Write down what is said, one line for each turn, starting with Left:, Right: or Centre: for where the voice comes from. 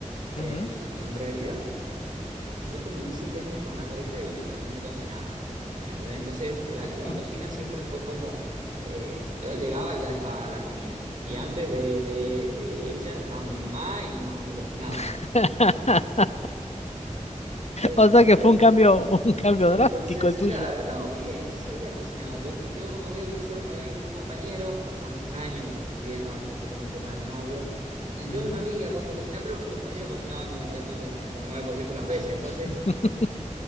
Right: Eh,
Left: Ujú,
Right: en realidad. Yo conviví siete años con una pareja y a mí me cocinaban. ¿Me entendés? Entonces, la,
Left: ujú.
Right: la cocina siempre fue como. eh, yo llegaba y ya estaba la comida. Y antes de, de- de ella estaba mi mamá y mi mamá me cocinaba.
Left: <laughs>
Right: Entonces,
Left: O sea que fue un cambio, un cambio
Right: entonces,
Left: drástico el tuyo.
Right: claro, no, bien, yo sabía cocinar. Yo, yo no me voy a vivir solo, me voy a vivir con un compañero. Pasamos un año conviviendo antes de que yo me ponga de novio. Y yo
Left: Ujú,
Right: me había puesto a cocinar, pero mi compañero cocinaba el noventa y nueve coma nueve por ciento de las veces. Entonces.
Left: <laughs>